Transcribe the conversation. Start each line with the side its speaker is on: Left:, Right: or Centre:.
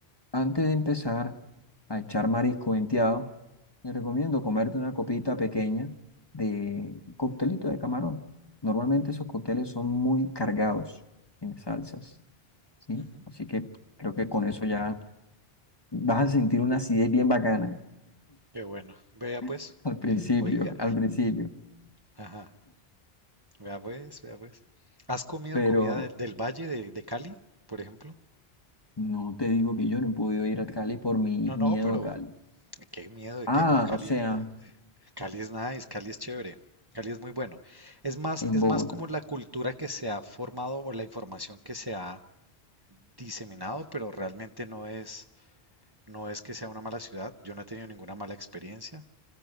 Left: antes de empezar a echar marisco venteado, te recomiendo comerte una copita pequeña de coctelito de camarón. Normalmente esos cócteles son muy cargados en salsas, ¿sí?
Right: Ujú.
Left: Así que creo que con eso ya vas a sentir una acidez bien bacana
Right: Qué bueno. Vea pues,
Left: <laughs> al principio,
Right: oiga,
Left: al principio,
Right: ajá, vea pues, vea pues. ¿Has comido
Left: pero
Right: comida de- del Valle de, de Cali, por ejemplo?
Left: no te digo que yo no he podido ir a Cali por mi
Right: No,
Left: miedo
Right: no, pero
Left: a Cali.
Right: qué miedo de
Left: Ah,
Right: que no, Cali,
Left: o sea,
Right: Cali es nice, Cali es chévere, Cali es muy bueno. Es más,
Left: en
Right: es
Left: Bogotá.
Right: más como la cultura que se ha formado o la información que se ha diseminado, pero realmente no es, no es que sea una mala ciudad. Yo no he tenido ninguna mala experiencia